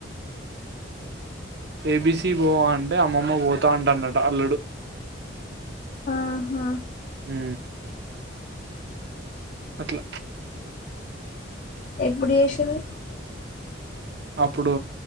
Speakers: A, on the right; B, on the left.
A: ఏబిసీ పోవా అంటే అమ్మమ్మ పోతా అంటడంట అల్లుడు
B: ఆహా
A: ఉ అట్ల
B: ఎప్పుడు చేసిరు
A: అప్పుడు